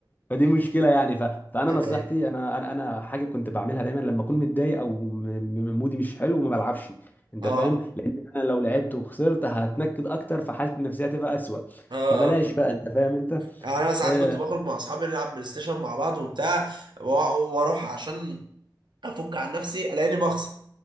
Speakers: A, on the left; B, on the right.
A: فدي مشكله يعني ف... فانا
B: ده
A: نصيحتي
B: حقيقة
A: انا انا انا حاجه كنت بعملها دايما لما اكون متضايق او م... م- مودي مش حلو ما بلعبش انت
B: اه
A: فاهم لان انا لو لعبت وخسرت هتنكد اكتر فحالتي النفسيه هتبقى اسوأ
B: اه
A: فبلاش
B: اه
A: بقى انت فاهم انت
B: يعني انا ساعات
A: اه
B: كنت بخرج مع اصحابي نلعب بلاي ستيشن مع بعض وبتاع وا- واروح عشان افك عن نفسي الاقيني بخسر